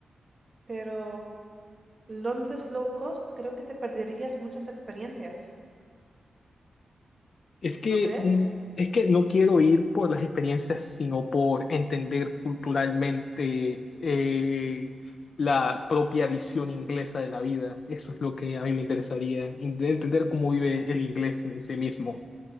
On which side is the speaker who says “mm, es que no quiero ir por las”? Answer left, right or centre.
Left